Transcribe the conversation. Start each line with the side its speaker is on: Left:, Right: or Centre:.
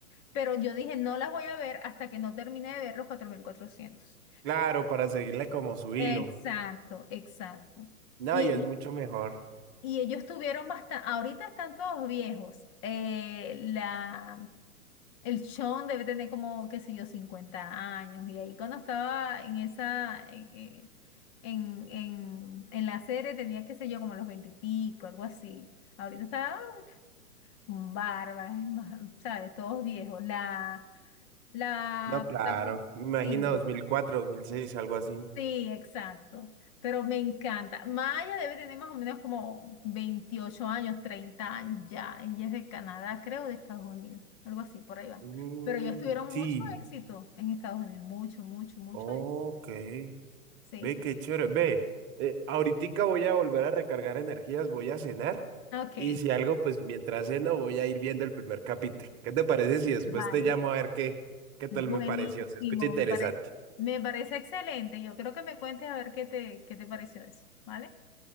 Left: pero yo dije, no las voy a ver hasta que no termine de ver los cuatro mil cuatrocientos,
Right: Claro, para seguirle como su hilo.
Left: Exacto, exacto.
Right: No,
Left: Y
Right: y
Left: hay
Right: es mucho mejor.
Left: Y ellos tuvieron bastante, ahorita están todos viejos. Eh, la, el Sean debe tener como, qué sé yo, cincuenta años. Y ahí cuando estaba en esa, eh, en, en, en la serie tenía, qué sé yo, como los 20 y pico, algo así. Ahorita está un barba, es más, ¿sabes? Todos viejos. La, la
Right: No, claro.
Left: protagonista,
Right: Me imagino
Left: sí.
Right: 2004, 2006, algo así.
Left: Sí, exacto. Pero me encanta. Maya debe tener más o menos como 28 años, 30 años ya. Ella es de Canadá, creo, de Estados Unidos. Algo así, por ahí va.
Right: Mm,
Left: Pero ellos tuvieron
Right: sí,
Left: mucho éxito en Estados Unidos. Mucho, mucho, mucho
Right: ok.
Left: éxito. Sí.
Right: Ve qué chévere. Ve, eh, ahoritica voy a volver a recargar energías, voy a cenar.
Left: Ok,
Right: Y si algo, pues mientras ceno voy a ir viendo el primer capítulo. ¿Qué te parece si después
Left: vale.
Right: te llamo a ver qué, qué
Left: Buenísimo,
Right: tal me pareció? Se escucha interesante.
Left: me parece. Me parece excelente. Yo creo que me cuentes a ver qué te, qué te pareció eso, ¿vale?